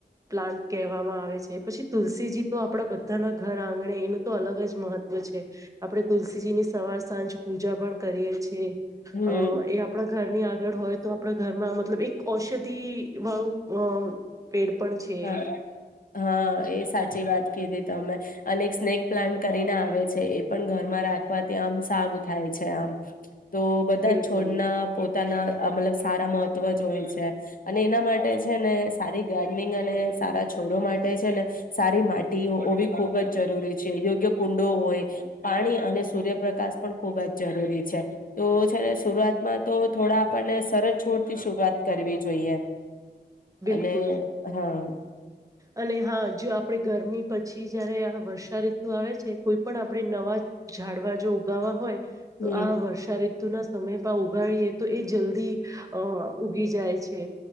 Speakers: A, on the right; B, on the left.
A: પ્લાન્ટ કહેવાવામાં આવે છે પછી તુલસીજી તો આપડા બધા ના ઘર આંગણે એનું તો અલગ જ મહત્વ છે આપડણે તુલસીજીની સવાર સાંજ પૂજા પણ કરીએ છેએ
B: હમ
A: અ એ આપણા ઘરની આગળ હોય તો આપણા ઘરમાં મતલબ એક ઔષધિ વાળું અ પેડ પણ છે
B: હા હા એ સાચી વાત કીધી તમે અને સ્નેક પ્લાન્ટ કરીને આવે છે એ પણ ઘરમાં રાથી આમ સારું થાય છે આમ તો બધા
A: બિલકુલ
B: છોડના પો તાના મતલબ સારા મહત્વ જ હોય છે અને એના માટે છે ને સારી ગાડી અને સારા છોડો માટે છે ને સારી માટી હોવી ખૂબ જ જરૂરી છે યોગ્ય ડો હોય પાણી અને સૂર્યપ્રકાશ પણ ખુબ જ જરૂરી છે. તો છેને શુરુઆતમાં તો થોડા આપણને સરળ છોડથી શુરૂઆત કરવી જોઈએ.
A: બિલકુલ,
B: અને હા
A: અને હા જો આ પળે ગરમી પછી જયારે આ વર્ષા ઋતુ આવે છે કોઈ પણ આપણે નવા ઝાડવા જો ઉગાવા હોય તો
B: હમ
A: આ વર્ષા ઋતુના સમય પા ઉગાડીએ તો એ જલ્દી અ ઉગી જાય છે.